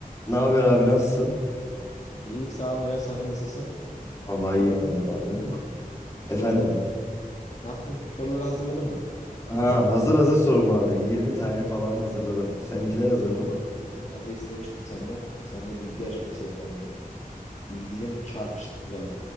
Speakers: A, on the left (about 20°); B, on the left (about 50°).
A: Ne haber abi nasılsın?
B: İyilik sağ ol Miraç sen nasılsın?
A: Vallahi
B: Ne
A: iyiyim
B: yaptın
A: ben de
B: hazırladın
A: abi.
B: mı sorularını?
A: Efendim?
B: Ne yaptın soruları hazırladın mı?
A: Ha, hazır hazır sorum abi. 20 tane falan hazırladım. Seninkiler hazır
B: E,
A: mı?
B: Tamam geçenlerde istemiştim senden. Sen de bilgi yarışması yapalım diye. Bilgilerini çarpıştıralım.